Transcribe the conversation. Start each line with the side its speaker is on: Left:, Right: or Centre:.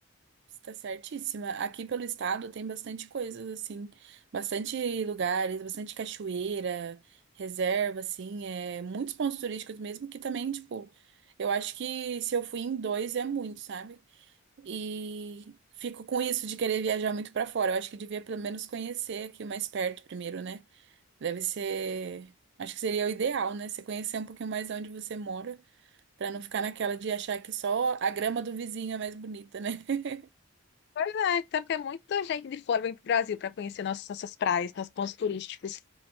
Right: está certíssima. Aqui pelo estado tem bastante coisas assim, bastante lugares, bastante cachoeira, reserva assim, é muitos pontos turísticos mesmo que também, tipo, eu acho que se eu fui em dois é muito, sabe? E fico com isso de querer viajar muito para fora. Eu acho que devia pelo menos conhecer aqui o mais perto primeiro, né? Deve ser. Acho que seria o ideal, né? Você conhecer um pouquinho mais onde você mora, pra não ficar naquela de achar que só a grama do vizinho é mais bonita, né? <laughs>
Left: Pois é, até porque muita gente de fora vem para o Brasil para conhecer nossas, nossas praias, nossos pontos turísticos.